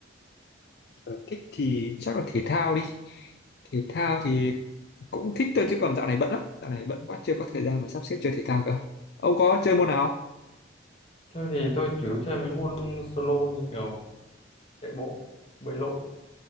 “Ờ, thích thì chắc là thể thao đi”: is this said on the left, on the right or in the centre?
Left